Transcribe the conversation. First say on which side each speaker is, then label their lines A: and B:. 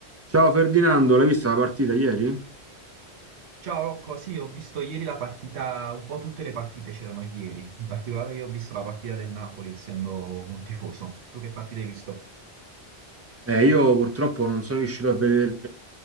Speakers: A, on the right (about 20°); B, on the right (about 80°).
A: Ciao Ferdinando, l'hai vista la partita ieri?
B: Ciao Rocco, sì, ho visto ieri la partita, un po' tutte le partite c'erano ieri, in particolare io ho visto la partita del Napoli, essendo un tifoso. Tu che partita hai visto?
A: Eh, io purtroppo non sono riuscito a vedere.